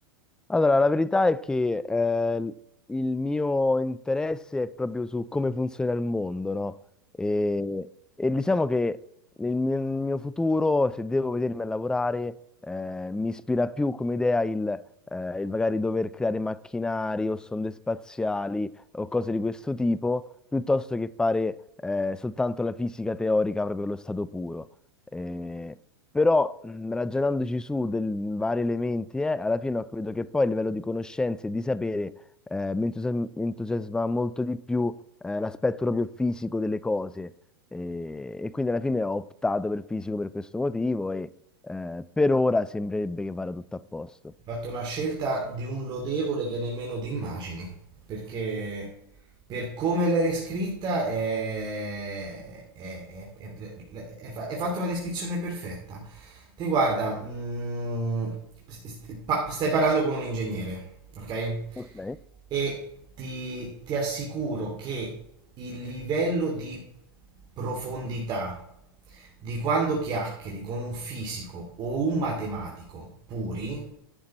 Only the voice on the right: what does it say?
fatto una scelta di un lodevole che nemmeno ti immagini, perché per come l'hai riscritta è, è, è- è- è fa- hai fatto la descrizione perfetta. Te guarda, mm, s- st- pa- stai parlando con un ingegnere, ok?
E ti, ti assicuro che il livello di profondità di quando chiacchieri con un fisico o un matematico puri,